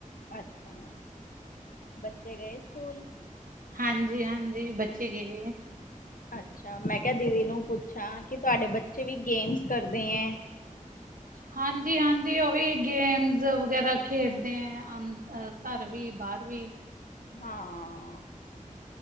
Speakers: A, on the left; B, on the right.
A: ਅੱਛਾ, ਬੱਚੇ ਗਏ ਸਕੂਲ?
B: ਹਾਂਜੀ ਹਾਂਜੀ, ਬੱਚੇ ਗਏ।
A: ਅੱਛਾ, ਮੈਂ ਕੇਆ ਦੀਦੀ ਨੂੰ ਪੁੱਛਾਂ ਕਿ ਤੁਆਡੇ ਬੱਚੇ ਵੀ ਗੇਮਸ ਕਰਦੇ ਐ।
B: ਹਾਂਜੀ ਹਾਂਜੀ, ਓ ਵੀ ਗੇਮਸ ਵਗੈਰਾ ਖੇਡਦੇ ਐ, ਅ ਘਰ ਵੀ ਬਾਰ ਵੀ।
A: ਹਾਂ